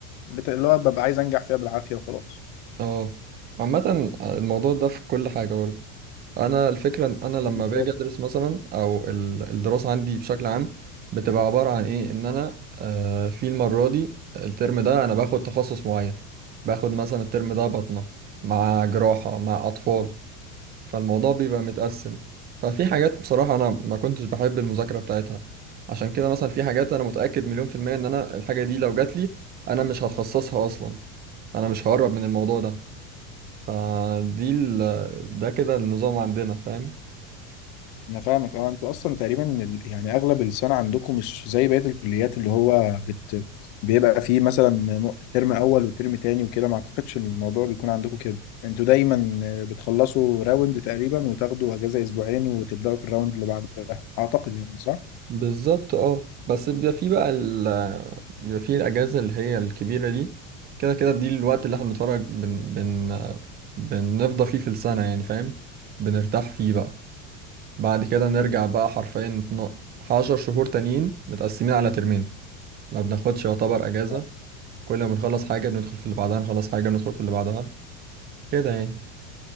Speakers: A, on the left; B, on the right.
A: بت... اللي هو ببقى عايز انجح فيها بالعافيه وخلاص
B: اه عامة الموضوع ده في كل حاجة برضه انا الفكره ان انا لما
A: بالظبط.
B: باجي ادرس مثلا او ال- الدراسه عندي بشكل عام بتبقى عباره عن ايه ان انا آه، في المره دي الترم ده انا باخد تخصص معين باخد مثلا الترم ده بطنه مع جراحه مع اطفال فالموضوع بيبقى متقسم ففي حاجات بصراحه انا ما كنتش بحب المذاكره بتاعتها عشان كده مثلا في حاجات انا متاكد مليون في الميه ان انا الحاجه دي لو جات لي انا مش هتخصصها اصلا انا مش هقرب من الموضوع ده فدي ال- ده كده النظام عندنا فاهم
A: انا فاهمك اه انتوا اصلا تقريبا ال- يعني اغلب السنه عندكم مش زي بقيه الكليات اللي هو بت... بيبقى فيه مثلا نو- ترم اول وترم تاني وكده ما اعتقدش ان الموضوع بيكون عندكم كده انتوا دايما بتخلصوا راوند تقريبا وتاخدوا اجازه اسبوعين وتبداوا في الراوند اللي بعدها اعتقد يعني صح
B: بالظبط اه بس بيبقى في بقى ال بيبقى في الأجازة اللي هي الكبيرة دي كده كده دي الوقت اللي احنا بنتفرج بن بن بنفضى فيه في السنة يعني فاهم بنرتاح فيه بقى بعد كده نرجع بقى حرفيا اتنا- عشر شهور تانيين متقسمين على ترمين ما بناخدش يعتبر أجازة
A: طب
B: كل ما بنخلص حاجة بندخل في اللي بعدها نخلص حاجة بندخل في اللي بعدها كده يعني